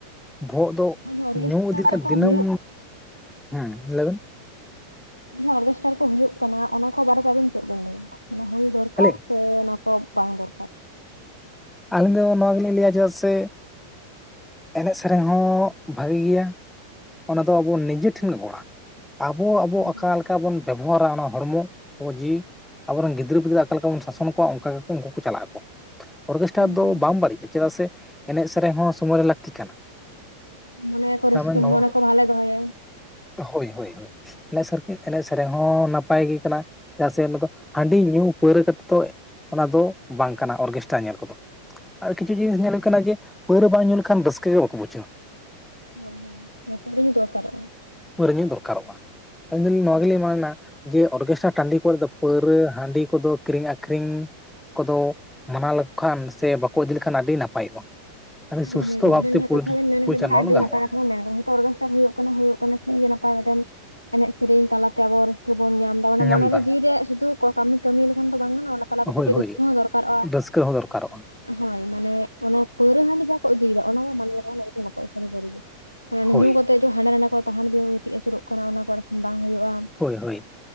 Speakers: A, in the centre; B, on the left.
A: ᱵᱚᱦᱚᱜ ᱫᱚ,
B: ᱦᱳᱭ ᱱᱚᱜᱼᱚᱭ ᱡᱟᱦᱟᱸ ᱚᱨᱜᱮᱥᱴᱟᱨ
A: ᱧᱩ ᱤᱫᱤ ᱞᱮᱠᱷᱟᱱ
B: ᱠᱚ
A: ᱫᱤᱱᱟᱹᱢ,
B: ᱦᱩᱭᱩᱜ
A: ᱦᱮᱸ ᱞᱟᱹᱭᱵᱮᱱ?
B: ᱡᱟᱦᱟᱸ ᱚᱨᱠᱮᱥᱴᱟᱨ ᱠᱚ ᱦᱩᱭᱩᱜ ᱠᱟᱱᱟ, ᱚᱱᱟ ᱠᱚ ᱵᱟᱨᱮᱛᱮ ᱟᱹᱵᱤᱱ ᱪᱮᱫ ᱵᱮᱱ ᱞᱟᱹᱭᱟ? ᱚᱱᱟ ᱦᱩᱭ ᱫᱚᱨᱠᱟᱨ
A: ᱟᱹᱞᱤᱧ
B: ᱥᱮ ᱚᱱᱟ ᱠᱚ ᱵᱟᱝ ᱫᱚᱨᱠᱟᱨ?
A: ᱟᱹᱞᱤᱧ ᱫᱚ ᱱᱚᱣᱟ ᱜᱮᱞᱤᱧ ᱞᱟᱹᱭᱟ ᱪᱮᱫᱟᱜ ᱥᱮ, ᱮᱱᱮᱡ ᱥᱮᱨᱮᱧ ᱦᱚᱸ ᱵᱷᱟᱜᱮ ᱜᱮᱭᱟ, ᱚᱱᱟ ᱫᱚ ᱟᱵᱚ ᱱᱤᱡᱮ ᱴᱷᱮᱱ ᱜᱚᱲᱟ, ᱟᱵᱚ ᱟᱵᱚ
B: ᱮᱠᱫᱚᱢ
A: ᱚᱠᱟ ᱞᱮᱠᱟ ᱵᱚᱱ ᱵᱮᱵᱚᱦᱟᱨᱟ ᱚᱱᱟ ᱦᱚᱲᱢᱚ, ᱠᱚ ᱡᱤᱣᱤ ᱟᱵᱚ ᱨᱮᱱ ᱜᱤᱫᱽᱨᱟᱹ ᱯᱤᱫᱽᱟᱹ ᱚᱠᱟ ᱞᱮᱠᱟ ᱵᱚᱱ ᱥᱟᱥᱚᱱ ᱠᱚᱣᱟ ᱚᱱᱠᱟ ᱜᱮᱠᱚ ᱩᱱᱠᱩ ᱠᱚ ᱪᱟᱞᱟᱜ ᱟᱠᱚ᱾ ᱚᱨᱠᱮᱥᱴᱟᱨ
B: ᱮᱠᱫᱚᱢ
A: ᱫᱚ
B: ᱮᱠᱫᱚᱢ
A: ᱵᱟᱝ ᱵᱟᱹᱲᱤᱡᱼᱟ ᱪᱮᱫᱟᱜ ᱥᱮ, ᱮᱱᱮᱡ ᱥᱮᱨᱮᱧ ᱦᱚᱸ ᱥᱚᱢᱚᱭ ᱨᱮ ᱞᱟᱹᱠᱛᱤ ᱠᱟᱱᱟ᱾
B: ᱢᱚᱱᱮ ᱠᱚ
A: ᱛᱟᱨᱢᱟᱱᱮ
B: ᱨᱟᱹᱥᱠᱟᱹ
A: ᱱᱚᱣᱟ
B: ᱢᱚᱱᱮ ᱠᱚ ᱵᱷᱟᱞᱮ ᱫᱚᱦᱚᱭᱟᱭ᱾
A: ᱦᱳᱭ ᱦᱳᱭ ᱦᱳᱭ ᱮᱱᱮᱥᱟᱨ ᱠᱤ ᱮᱱᱮᱡ ᱥᱮᱨᱮᱧ ᱦᱚᱸ ᱱᱟᱯᱟᱭ ᱜᱮ ᱠᱟᱱᱟ᱾ ᱪᱮᱫᱟᱜ ᱥᱮ ᱚᱱᱟ ᱫᱚ ᱦᱟᱺᱰᱤ ᱧᱩ ᱯᱟᱹᱣᱨᱟᱹ ᱠᱟᱛᱮ ᱫᱚ ᱚᱱᱟ ᱫᱚ ᱵᱟᱝ ᱠᱟᱱᱟ ᱚᱨᱜᱮᱥ ᱴᱟ ᱧᱮᱞ ᱠᱚᱫᱚ ᱟᱨ ᱠᱤᱪᱷᱩ ᱡᱤᱱᱤᱥ ᱧᱮᱞᱚᱠ ᱠᱟᱱᱟ ᱡᱮ ᱯᱟᱹᱣᱨᱟᱹ ᱵᱟᱝ ᱧᱩ ᱞᱮᱠᱷᱟᱱ ᱨᱟᱹᱥᱠᱟᱹ ᱜᱮ ᱵᱟᱠᱚ ᱵᱩᱡᱷᱟᱹᱣᱟ᱾
B: ᱦᱳᱭ ᱦᱳᱭ ᱦᱳᱭ ᱢᱟᱱᱮ ᱯᱟᱹᱣᱨᱟᱹ ᱧᱩ ᱫᱚᱨᱠᱟᱨᱚᱜᱼᱟ᱾
A: ᱯᱟᱹᱣᱨᱟᱹ ᱧᱩᱜ ᱫᱚᱨᱠᱟᱨᱚᱜᱼᱟ ᱟᱹᱞᱤᱧ ᱫᱚᱞᱤᱧ ᱱᱚᱣᱟ ᱜᱮᱞᱤᱧ ᱢᱮᱱᱟ ᱡᱮ ᱚᱨᱜᱮᱥᱴᱨᱟ ᱴᱟᱺᱰᱤ ᱠᱚᱨᱮ ᱫᱚ ᱯᱟᱹᱣᱨᱟᱹ ᱦᱟᱺᱰᱤ ᱠᱚᱫᱚ ᱠᱤᱨᱤᱧ ᱟᱠᱷᱨᱤᱧ ᱠᱚᱫᱚ ᱢᱟᱱᱟ ᱞᱮᱠᱚ ᱠᱷᱟᱱ ᱥᱮ ᱵᱟᱠᱚ ᱤᱫᱤ ᱞᱮᱠᱷᱟᱱ ᱟᱹᱰᱤ ᱱᱟᱯᱟᱭᱚᱜᱼᱟ᱾
B: <unintelligible>
A: ᱟᱹᱰᱤ
B: ᱟᱵᱤᱱ
A: ᱥᱩᱥᱛᱷᱚ ᱵᱷᱟᱵᱛᱮ
B: ᱡᱟᱦᱟᱸ ᱠᱟᱛᱷᱟ ᱵᱤᱱ ᱢᱮᱱ
A: ᱯᱚᱨᱤᱪᱟᱞᱚᱱᱟ
B: ᱠᱟᱫᱟ ᱟᱹᱰᱤ
A: ᱜᱟᱱᱚᱜᱼᱟ
B: ᱱᱟᱯᱟᱭ ᱠᱟᱛᱷᱟ ᱵᱤᱱ ᱢᱮᱱ ᱠᱟᱫᱟ᱾ ᱱᱮᱛᱟᱨ ᱚᱨᱜᱮᱥᱴᱟᱨ ᱦᱳᱭᱳᱜ ᱠᱟᱱᱟ ᱦᱩᱭᱩᱜ ᱠᱟᱱᱟ ᱴᱷᱤᱠ ᱜᱮᱭᱟ ᱱᱟᱯᱟᱭ ᱵᱟᱰᱟ ᱜᱮ ᱮᱱᱮᱡ ᱥᱮᱨᱮᱧ ᱛᱟᱞᱟ ᱛᱮ ᱟᱵᱚ ᱨᱟᱹᱥᱠᱟᱹ ᱵᱚᱱ ᱧᱟᱢ ᱢᱟᱱᱮ
A: ᱧᱟᱢᱫᱟ
B: ᱢᱚᱱᱮᱨᱮ ᱡᱤᱣᱤ ᱨᱮ ᱥᱩᱫᱩ ᱠᱚ ᱠᱟᱹᱢᱤ ᱠᱟᱹᱢᱤ ᱞᱮᱠᱷᱟᱱ ᱫᱚ ᱵᱟᱝ ᱜᱟᱱᱚᱜ-ᱟ ᱚᱱᱟ ᱛᱟᱞᱟᱛᱮ ᱠᱟᱹᱴᱤᱡ
A: ᱦᱳᱭ ᱦᱳᱭ
B: ᱨᱟᱹᱥᱠᱟᱹ ᱦᱚᱸ ᱫᱚᱨᱠᱟᱨᱚᱜᱼᱟ᱾
A: ᱨᱟᱹᱥᱠᱟᱹ ᱦᱚᱸ ᱫᱚᱨᱠᱟᱨᱚᱜᱼᱟ
B: ᱦᱳᱭ ᱢᱟᱱᱮ ᱚᱱᱟ ᱯᱟᱹᱣᱨᱟᱹ ᱦᱟᱺᱰᱤ ᱡᱟ ᱠᱚ ᱤᱫᱤᱭᱮᱫᱟ ᱚᱱᱟ ᱢᱟ <unintelligible> ᱥᱟᱨᱤ ᱜᱮ᱾ ᱚᱱᱮ
A: ᱦᱳᱭ
B: ᱧᱩ ᱠᱟᱛᱮᱫ ᱡᱮ ᱦᱟᱸᱰᱮ ᱱᱟᱸᱰᱮ ᱠᱚ ᱛᱟᱦᱟᱸᱲ ᱵᱤᱦᱟᱹ ᱠᱚ ᱜᱤᱛᱤᱡ ᱟᱹᱪᱩᱨᱚᱜ ᱠᱟᱱᱟ ᱚᱱᱟ ᱠᱚ ᱟᱨ ᱵᱟᱠᱷᱟᱱ ᱵᱟᱝ ᱦᱩᱭᱩᱜᱼᱟ᱾
A: ᱦᱳᱭ ᱦᱳᱭ